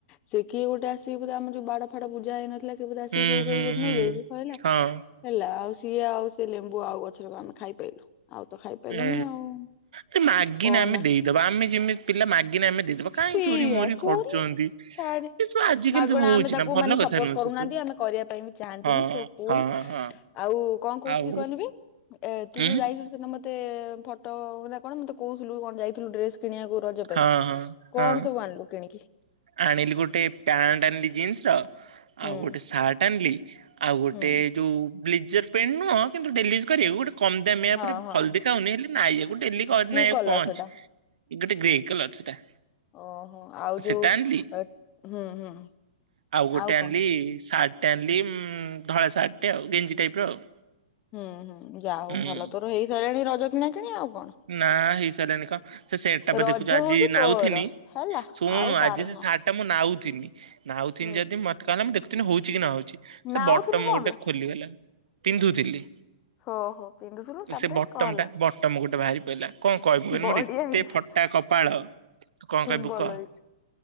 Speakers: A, on the left; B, on the right.
A: ସେ କିିଏ ଗୋଟେ ଆସିକି ବୋଧେ ଆମ ଯୋଉ ବାଡ଼ ଫାଡ଼ ବୁଜା ହେଇନଥିଲା କିଏ ବୋଧେ ଆସିକି
B: ହୁଁ
A: ଚୋରି କରିକି
B: ହୁଁ
A: ଗୋଟେ
B: ହୁଁ
A: ନେଇଯାଇଛି ସଇଲା।
B: ହଁ
A: ଆଉ ସିଏ ଆଉ ସେ ଲେମ୍ବୁ ଆଉ ଗଛରେ କଣ ଆମେ ଖାଇପାଇଲୁ। ଆଉ ତ ଖାଇପାଇଲୁନି
B: ଏ
A: ଆଉ।
B: ସେ ମାଗିନେ
A: ତୁ କହନା
B: ଆମେ ଦେଇଦବା ଆମେ ଯେମିତି ପିଲା ମାଗିନେ ଆମେ ଦେଇଦବା।
A: ସେଇଆ
B: କାଇଁ ଚୋରି ମୋରି
A: ଚୋରି
B: କରୁଚନ୍ତି।
A: ଛାଡେ
B: ଏ ସବୁ ଆଜିକାଲି
A: ମାଗଣା
B: ସବୁ ହଉଚି
A: ଆମେ ତାକୁ
B: ନା ଭଲ
A: ମାନେ
B: କଥା
A: ସପୋର୍ଟ
B: ନୁହେଁ
A: କରୁନାହାନ୍ତି
B: ସେ ସବୁ।
A: ଆମେ କରିବା ପାଇଁ ବି ଚାହାନ୍ତିନି
B: ହଁ
A: ସୋ କୁଲ
B: ହଁ। ହଁ
A: ଆଉ କଣ କୋହୁଥିଲି
B: ଆଉ
A: କହନି ବେ ଏ ତୁ ଯୋଉ
B: ଉଁ
A: ଯାଇଥିଲୁ ସେଦିନ ମତେ ଫଟ କଥା କଣ ମତେ କୋଉଥୁଲୁ କଣ ଯାଇଥିଲୁ ଡ୍ରେସ କିଣିବାକୁ ରଜ ପାଇଁ
B: ହଁ ହଁ
A: କଣ
B: ହଁ
A: ସବୁ ଆଣିଲୁ କିଣିକି?
B: ଆଣିଲି ଗୋଟେ ପ୍ୟାଣ୍ଟ ଆଣିଲି ଜିନ୍ସ ର
A: ହୁଁ
B: ଆଉ ଗୋଟେ ସାର୍ଟ ଆଣିଲି ଆଉ ଗୋଟେ
A: ହୁଁ
B: ଯୋଉ ବ୍ଲିଜର୍ ପେଣ୍ଟ ନୁହଁ କିନ୍ତୁ ଡେଲି ୟୁଜ କରିବାକୁ ଗୋଟେ କମ୍ ଦାମିଆ
A: ହଁ
B: ପରେ
A: ହଁ
B: ଭଲ୍ ଦେଖା ହୋଉନି ହେଲେ ନାଇଁ ଯେ ଗୋଟ୍ ଡେଲି ଘରେ
A: କି
B: ନାଇବାକୁ
A: କଲର
B: କଣ
A: ସେଟା?
B: ଅଛି। ଇ ଗୋଟେ ଗ୍ରେ କଲର୍ ସେଟା।
A: ଓହୋ ଆଉ ଯୋଉ
B: ସେଟା ଆଣିଲି
A: ହୁଁ ହୁଁ
B: ଗୋଟେ
A: ଆଉ
B: ଆଣିଲି
A: କଣ?
B: ସାର୍ଟ ଟେ ଆଣିଲି ଧଳା ସାର୍ଟ ଟେ ଆଉ ଗେଞ୍ଜି ଟାଇପ୍ ର ଆଉ।
A: ହୁଁ ହୁଁ। ଯା ହୋଉ
B: ହୁଁ।
A: ଭଲ ତୋର ହେଇ ସାରିଲାଣି ର କିଣା କିଣି ଆଉ। କଣ
B: ନା ହେଇସାରିଲାଣି କଣ। ସେ ସେଟ୍ ଟା ବା
A: ରଜ
B: ଦେଖୁଚୁ ଆଜି
A: ହଉଛି
B: ନାଉଥିନି।
A: ତୋର ହେଲା
B: ଶୁଣୁ
A: ଆଉ କାର
B: ଆଜି ସେ
A: ନୁହଁ
B: ସାର୍ଟ ଟା ମୁଁ ନାଉଥିନି ନାଉଥିନି
A: ହୁଁ
B: ଯଦି ମତେ କଣ ହେଲା ମୁଁ ଦେଖୁିଥିନି ହୋଉଚି କି ନ ହୋଉଚି ସେ
A: ନାଉଥିନି
B: ବଟମ
A: କଣ
B: ଗୋଟେ
A: ବେ
B: ଖୋଲିଗଲା। ପିନ୍ଧୁଥିଲି।
A: ହୋ ହୋ ପିନ୍ଧୁଥୁଲୁ ତାପରେ
B: ସେ ବଟମ
A: କଣ ହେଲା।
B: ବଟମ ଗୋଟେ ଟା ବାହାରି ପଇଲା। କଣ କହିବୁ କନି
A: ବଢିଆ
B: ମୋରୋ ଏତେ
A: ହେଇଛି
B: ଫଟା କପାଳ ତୁ କଣ କଇବୁ
A: ଭଲ
B: କ।
A: ହେଇଛି।